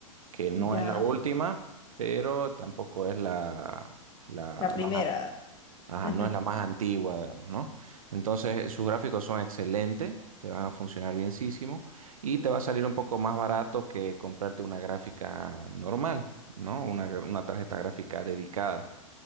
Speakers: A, on the right; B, on the left.
A: que no
B: Ya.
A: es la última, pero tampoco es la, la
B: La primera.
A: más Ajá,
B: <laughs>
A: no es la más antigua, digamos, ¿no? Entonces, sus gráficos son excelentes, te van a funcionar bienísimo y te va a salir un poco más barato que comprarte una gráfica normal, ¿no? Una, gra- una tarjeta gráfica dedicada.